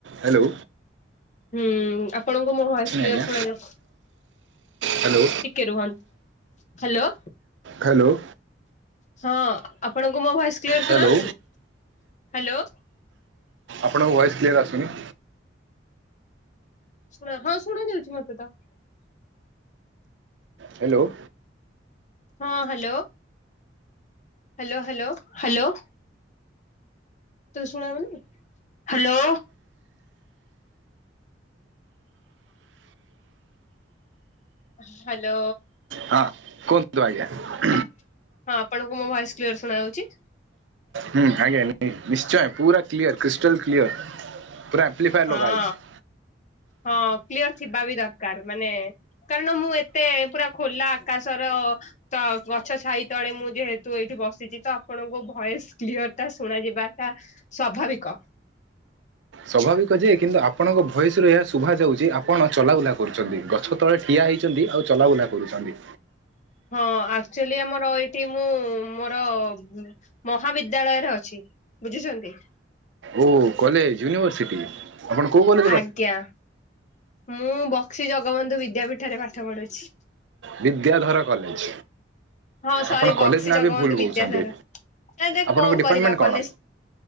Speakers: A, on the right; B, on the left.
A: ହାଲୋ।
B: ହୁଁ ଆପଣଙ୍କୁ ମୋ ଭଏସ କ୍ଲିୟର
A: ଆଜ୍ଞା
B: ଶୁଣାଯାଉ।
A: ହ୍ୟାଲୋ
B: କେ ରୁହନ୍ତୁ ହାଲୋ।
A: ହାଲୋ।
B: ହଁ ଆପଣଙ୍କୁ ମୋ ଭଏସ କ୍ଲିୟର
A: ହ୍ୟାଲୋ
B: ଶୁଣାଉଛି ହାଲୋ।
A: ଆପଣଙ୍କ ଭଏସ କ୍ଲିୟର ଆସୁନି।
B: ଶୁଣ ହଁ ଶୁଣା ହଉଛି ମତେ ତ।
A: ହ୍ୟାଲୋ।
B: ହଁ ହାଲୋ। Hello hello hello. ତୁ ଶୁଣାଯାଉନି ହାଲୋ। ହାଲୋ।
A: ହଁ କୁହନ୍ତୁ ଆଜ୍ଞା।
B: ହଁ ଆପଣଙ୍କୁ ମୋ ଭଏସ କ୍ଲିୟର ଶୁଣା ଯାଉଛି।
A: ହୁଁ ଆଜ୍ଞା ନିଶ୍ଚୟ ପୁରା କ୍ଲିୟର କ୍ରିଷ୍ଟାଲ କ୍ଲିୟର। ପୁରା ଫ୍ଲିଫାୟର
B: ହଁ
A: ଲଗାହେଇଛି।
B: ହଁ କ୍ଲିୟର ଥିବା ବି ଦରକାର ମାନେ କାରଣ ମୁଁ ଏତେ ପୁରା ଖୋଲା ଆକାଶର ତ ଗଛ ଛାଇ ତଳେ ମୁଁ ଯେହେତୁ ଏଇଠି ବସିଛି ତ ଆପଣଙ୍କୁ ଭଏସ କ୍ଲିୟର ଟା ଶୁଣ ଯିବାଟା ସ୍ୱାଭାବିକ।
A: ସ୍ୱାଭାବିକ ଯେ କିନ୍ତୁ ଆପଣଙ୍କ ଭୟସ ରୁ ଏହା ଶୁଭା ଯାଉଛି ଆପଣ ଚଲାବୁଲା କରୁଛନ୍ତି। ଗଛ ତଳେ ଠିଆ ହେଇଛନ୍ତି ଆଉ ଚଲାବୁଲା କରୁଛନ୍ତି।
B: ହଁ ଆକ୍ଚୁଆଲି ଆମର ଏଇଠି ମୁଁ ମୋର ମହାବିଦ୍ୟାଳୟରେ ଅଛି। ବୁଝୁଛନ୍ତି।
A: ଓ କଲେଜ ୟୁନିଭର୍ସିଟି। ଆପଣ କଉ କଲେ
B: ଆଜ୍ଞା ମୁଁ ବକ୍ସି ଜଗବନ୍ଧୁ ବିଦ୍ୟାପୀଠରେ ପାଠ ପଢୁଛି।
A: ବିଦ୍ୟାଧର କଲେଜ।
B: ହଁ ସରି
A: ଆପଣ କଲେଜ
B: ବକ୍ସି
A: ନାଁ
B: ଜଗବନ୍ଧୁ
A: ବି ଭୁଲ କହୁଛନ୍ତି
B: ବିଦ୍ୟାସାର ଆରେ
A: ଆପଣଙ୍କ
B: କଣ
A: ଡିପାର୍ଟମେଣ୍ଟ
B: କରିବା କଲେଜ
A: କଣ?